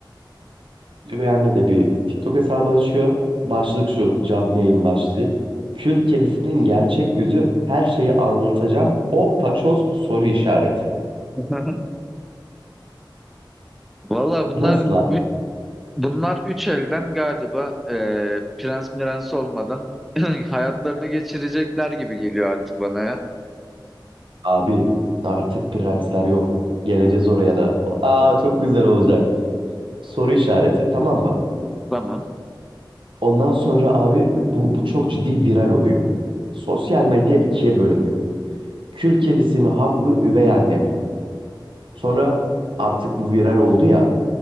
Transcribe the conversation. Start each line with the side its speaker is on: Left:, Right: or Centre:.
Right: Üvey anne de bir TikTok hesabı açıyor. Başlık şu, canlı yayın başlığı. Kül kedisinin gerçek yüzü her şeyi anlatacağım. O paçoz soru işareti.
Centre: <laughs> Valla bunlar
Right: Nasıl abi?
Centre: ü- bunlar üç elden galiba e, prens mirens olmadan <clears throat> hayatlarını geçirecekler gibi geliyor artık bana ya.
Right: Abi artık prensler yok. Geleceğiz oraya da. Aa çok güzel olacak. Soru işareti tamam mı?
Centre: Tamam.
Right: Ondan sonra abi bu, bu çok ciddi viral oluyor. Sosyal medya ikiye bölünüyor. Kül kedisi mi haklı, üvey anne mi? Sonra artık bu viral oldu ya.